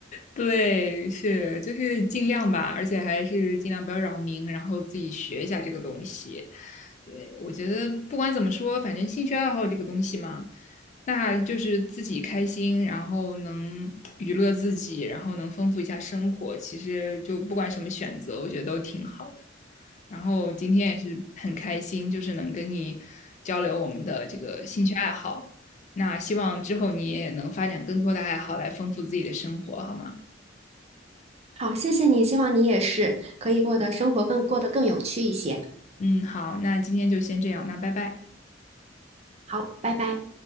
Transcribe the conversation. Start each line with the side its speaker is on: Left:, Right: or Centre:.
Left: 对，是，就是尽量吧，而且还是尽量不要扰民，然后自己学一下这个东西。对，我觉得不管怎么说，反正兴趣爱好这个东西嘛，那就是自己开心，然后能 <tsk> 娱乐自己，然后能丰富一下生活。其实就不管什么选择，我觉得都挺好的。然后今天也是很开心，就是能跟你交流我们的这个兴趣爱好。那希望之后你也能发展更多的爱好来丰富自己的生活，好吗？
Right: 好，谢谢你，希望你也是可以过得生活更过得更有趣一些。
Left: 嗯，好，那今天就先这样，那拜拜。
Right: 好，拜拜。